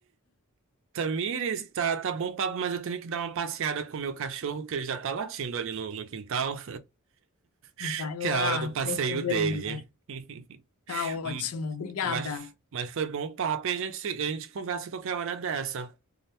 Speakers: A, on the right; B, on the left.
A: Tamires, tá, tá bom papo, mas eu tenho que dar uma passeada com o meu cachorro, que ele já tá latindo ali no, no quintal, <laughs>
B: Vai
A: que
B: lá,
A: é a hora do passeio
B: sem problema.
A: dele. <laughs>
B: Tá ótimo,
A: Hum,
B: obrigada.
A: Mas, mas foi bom papo e a gente, se- a gente conversa qualquer hora dessa.